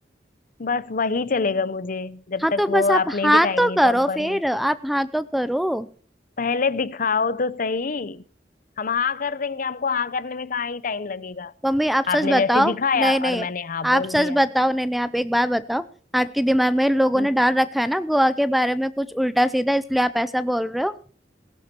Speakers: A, on the left; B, in the centre.
A: बस वही चलेगा मुझे जब
B: हाँ तो
A: तक
B: बस
A: वो
B: आप
A: आप
B: हाँ
A: नहीं दिखाएंगे
B: तो करो
A: तो हम पर
B: फिर आप हाँ तो करो
A: पहले दिखाओ तो सही हम हाँ कर देंगे हमको हाँ करने में कहाँ ही टाइम लगेगा
B: मम्मी आप सच
A: आपने
B: बताओ
A: जैसे दिखाया
B: नहीं नहीं
A: और मैंने हाँ बोल
B: आप सच
A: दिया
B: बताओ नहीं नहीं आप एक बार बताओ आपके दिमाग में लोगों
A: हम्म,
B: ने डाल रखा है ना गोवा के बारे में कुछ उल्टा सीधा इसलिए आप ऐसा बोल रहे हो